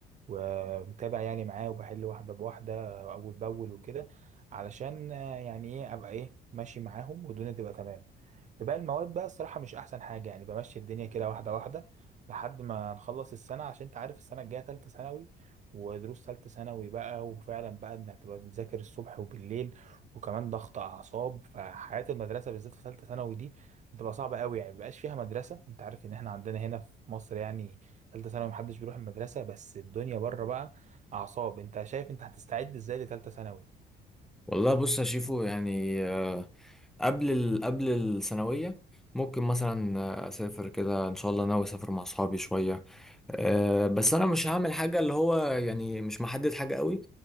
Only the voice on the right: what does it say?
ومتابع يعني معاه وبحل واحده بواحده اول باول وكده علشان آه، يعني ايه ابقى ايه ماشي معاهم والدنيا تبقى تمام في باقي المواد بقى الصراحة مش أحسن حاجة يعني بمشي الدنيا كده واحدة واحدة لحد ما نخلص السنة عشان أنت عارف السنة الجاية تالتة ثانوي ودروس تالتة ثانوي بقى وفعلا بقى إنك تبقى بتذاكر الصبح وبالليل وكمان ضغط أعصاب فحياة المدرسة بالذات في تالتة ثانوي دي بتبقى صعبة قوي يعني مبقاش فيها مدرسة أنت عارف إن إحنا عندنا هنا في مصر يعني تالتة ثانوي محدش بيروح المدرسة بس الدنيا بره بقى أعصاب أنت شايف أنت هتستعد إزاي لتالتة ثانوي